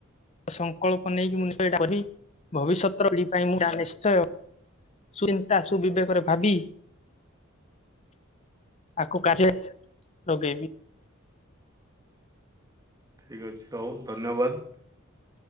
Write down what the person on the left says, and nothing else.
ସଂକଳ୍ପ ନେଇକି ମୁଁ କହି <unintelligible> ଭବିଷ୍ୟତର ଏ ପିଢି ପାଇଁ ଏ ନିଶ୍ଚୟ ସୁ ଚିନ୍ତା ସୁବିବେକରେ ଭାବି। ଆକୁ କାଯ୍ୟରେ ଲଗେଇବି